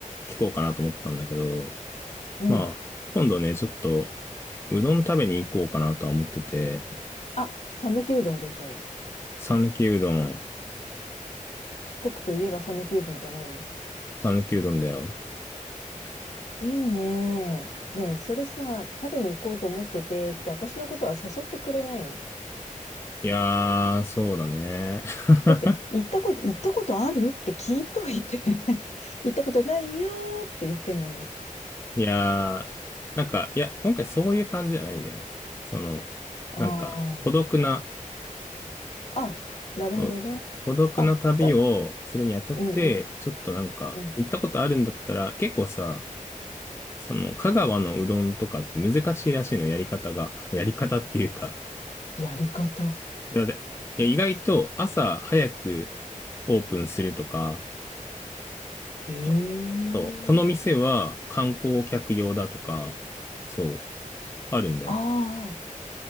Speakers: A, on the left; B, on the left.
A: 聞こうかなと思ったんだけど、
B: うん。
A: まあ、今度ね、ちょっと、うどん食べに行こうかなとは思ってて、
B: あ、讃岐うどんでしょ。
A: 讃岐うどん、
B: 四国といえば讃岐うどんじゃないの。
A: 讃岐うどんだよ。
B: いいね。ねえ、それさ、食べに行こうと思っててって、私のことは誘ってくれないの。
A: いやー、そうだね。<laughs>
B: だって、行ったこと、行ったことあるって聞いといて <laughs> 行ったことないよーって言ってんのに。
A: いやー、なんか、いや、今回そういう感じじゃないんだよね。その、
B: ああ。
A: なんか、孤独な
B: あ、なるほどね。
A: そう孤独な旅をするにあたって、
B: あ、だ、うんうん
A: ちょっとなんか、
B: うん。
A: 行ったことあるんだったら、結構さ、その、香川のうどんとかって難しいらしいの、やり方が。やり方っていうか、
B: やり方。
A: いや、でいや意外と朝早くオープンするとか、
B: へえ。
A: こそう、この店は観光客用だとか、そう、あるんだよ。
B: ああ、